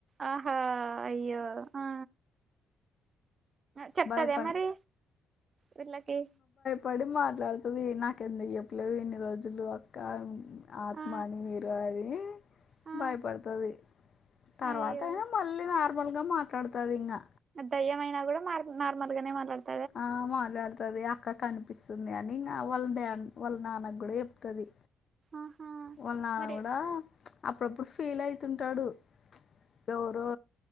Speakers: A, on the right; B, on the left.
A: ఆహా అయ్యో ఆ చెప్తదా
B: భయపన్
A: మరి వీళ్ళకి
B: పడి మాట్లాడుతది నాకు ఎందుకు చెప్పలేదు ఇన్ని రోజులు అక్క ఆత్మ
A: ఆ
B: అని మీరు అది
A: ఆ
B: భయపడతది తర్వాత
A: అయ్యో
B: అయినా మళ్ళీ నార్మల్ గా మాట్లాడుతది ఇంగా
A: దయ్యమైనా కూడా మార్ నార్మల్ గానే మాట్లాడుతది
B: ఆ మాట్లాడుతది అక్క కనిపిస్తుంది అని ఇంగా వాళ్ళ డ్యా వాళ్ళ నాన్న గూడా చెప్తది
A: ఆహా
B: వాళ్ళ నాన్న
A: మరి
B: కూడా అప్పుడప్పుడు ఫీల్ అయితుంటాడు ఎవరో